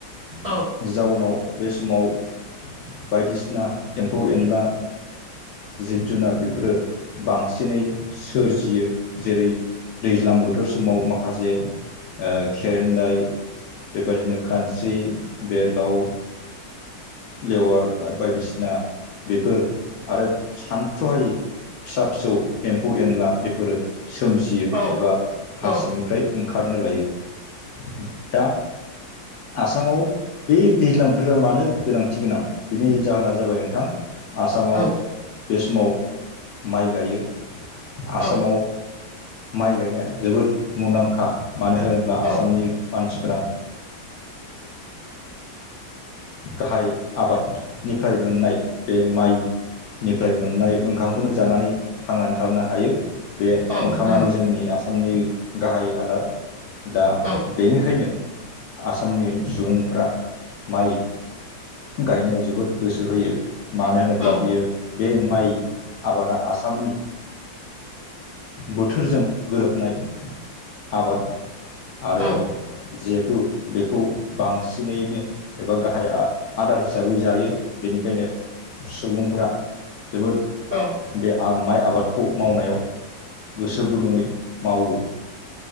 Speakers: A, on the right (about 65°); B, on the left (about 80°).
A: औ
B: जाउनाव बे समाव बायदिसिना एम्फौ एनला जिब जुनार बेफ फोरो बांसिनै सोरजियो। जेरै दैज्लां बोथोर समाव माख खासे ओ खेरेन्दाय बेबायदिनो खानस्रि बेरलाव लेवार ओ बायदिसिना बेफोर आरो सान्थ्र'हायि फिसा फिसौ एम्फौ एनला बेफोरो सोमजियो
A: औ
B: एबा हा
A: औ
B: सिंनि फ्राय ओंखारनो लायो। दा आसामाव बे दैज्लां बोथोरा मानो गोनांथि गोनां। बिनि जाहोना जाबाय नोंथां आसामाव
A: औ
B: बे समाव माइ गायो आसामाव
A: औ
B: माइ गायनाया जोबोद मुंदांखा। मानो होनोब्ला
A: औ
B: आसामनि मानसिफोरा गाहाय आबादनिफ्राय मोननाय बे माइ निफ्राय मोननाय ओंखामखौनो जानानै थांनानै थानो हायो बे
A: औ
B: ओंखामानो
A: नोंथां औ
B: जोंनि आसामनि गाहाय आदार दा
A: औ
B: बेनिखायनो आसामनि सुबुंफोरा माइ गायनायाव जोबोद गोसो होयो मानो होनोब्ला
A: औ औ
B: बियो बे माइ आबादा आसामनि बोथोरजों गोरोबनाय आबाद आरो
A: औ औ
B: जिहेथु बेखौ बांसिनैनो एबा गाहायआ आदार हिसाबै जायो बेनिखायनो। सुबुंफोरा जोबोद
A: औ
B: बे माइ आबादखौ मावनायाव गोसो गुदुङै मावो